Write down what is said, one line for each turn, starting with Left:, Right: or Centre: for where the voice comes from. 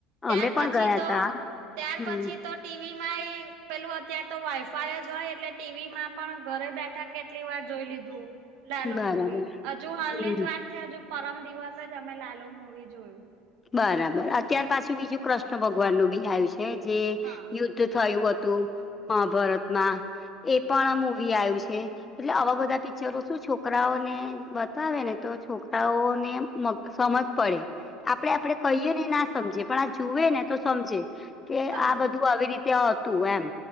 Right: ત્યાર
Left: અમે પણ
Right: પછી
Left: ગયા
Right: તો,
Left: તા
Right: ત્યાર
Left: હમ
Right: પછી તો ટીવીમાં એ પેલું અત્યારે તો વાઈફાય જ હોય એટલે ટીવીમાં પણ ઘરે બેઠા કેટલી વાર જોઈ લીધું લાલો
Left: બરાબર
Right: મૂવી હજુ હાલની
Left: હમ
Right: જ વાત છે, હજુ પરમ દિવસ જ અમે લાલો મૂવી જોયું
Left: બરાબર અત્યાર પાછી બીજું કૃષ્ણ ભગવાનનું બી આયું છે. જે
Right: હા
Left: યુદ્ધ થયું હતું મહાભારતમાં
Right: હા
Left: એ પણ મૂવી આયું છે. એટલે આવા બધા પિક્ચરો શું છોકરાઓને બતાવે ને તો છોકરાઓને મ સમજ પડે આપડે આપડે કહીએ ને ના સમજે પણ આ જુએ ને તો સમજે કે
Right: સમજે.
Left: આ બધું આવી રીતે હતું એમ